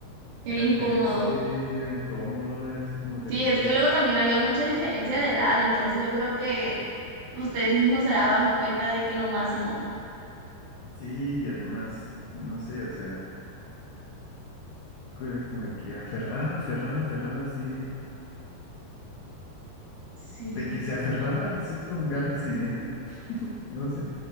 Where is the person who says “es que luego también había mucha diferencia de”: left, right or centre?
Right